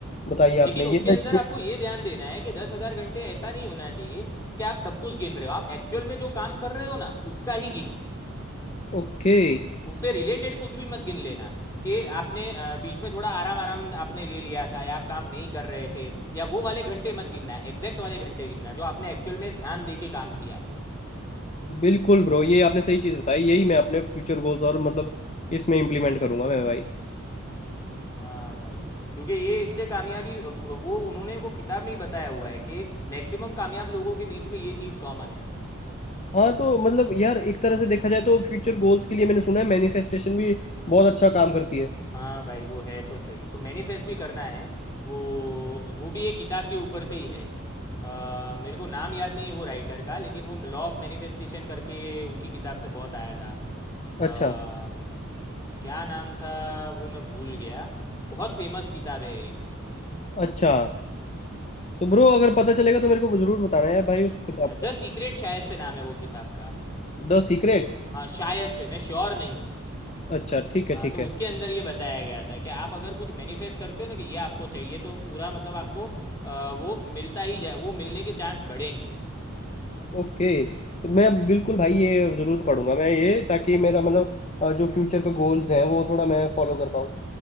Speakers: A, on the left; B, on the left.
A: बताइए
B: लेकिन
A: आपने
B: उसके
A: ये
B: अंदर
A: मैं-
B: आपको ये ध्यान देना है कि दस हजार घंटे ऐसा नहीं होना चाहिए कि आप सब कुछ गिन रहे हो आप एक्चुअल में जो काम कर रहे हो ना उसका ही गिनो
A: ओके
B: उससे रिलेटेड कुछ भी मत गिन लेना कि आपने अ, बीच में थोड़ा आराम आराम आपने ले लिया था या आप काम नहीं कर रहे थे या वो वाले घंटे मत गिनना एग्जैक्ट वाले घंटे गिनना जो आपने एक्चुअल में ध्यान दे के काम किया हो
A: बिल्कुल ब्रो ये आपने सही चीज़ बताई यही मैं अपने फ्यूचर गोल्स और मतलब इसमें इम्प्लीमेंट करूंगा मैं भाई
B: हाँ भाई क्योंकि ये इससे कामयाबी वो उन्होंने वो किताब में ही बताया हुआ है कि मैक्सिमम कामयाब लोगों के बीच में ये चीज़ कॉमन है
A: हाँ तो मतलब यार एक तरह से देखा जाए तो फ्यूचर गोल्स के लिए मैंने सुना है मैनिफेस्टेशन भी बहुत अच्छा काम करती है
B: हाँ भाई वो है तो सही तो मैनिफेस्ट भी करना है वो वो भी एक किताब के ऊपर से ही है अ, मेरे को नाम याद नहीं है वो राइटर का लेकिन वो लॉ ऑफ मैनिफेस्टेशन करके उनकी किताब से बहुत आया था अ,
A: अच्छा
B: क्या नाम था वो मैं भूल गया बहुत फेमस किताब है एक
A: अच्छा तो ब्रो अगर पता चलेगा तो मेरे को जरूर बताना है भाई उस किताब का
B: द सीक्रेट शायद से नाम है वो किताब का
A: The Secret
B: हाँ शायद से मैं श्योर नहीं हूँ
A: अच्छा ठीक है
B: हाँ
A: ठीक
B: तो
A: है
B: उसके अंदर ये बताया गया था कि आप अगर कुछ मैनिफेस्ट करते हो ना कि ये आपको चाहिए तो पूरा मतलब आपको अ, वो मिलता ही जाए वो मिलने के चांस बढ़ेंगे
A: ओके तो मैं बिल्कुल भाई ये जरूर पढ़ूंगा मैं ये ताकि मेरा मतलब अ, जो फ्यूचर का गोल्स हैं वो थोड़ा मैं फॉलो कर पाऊँ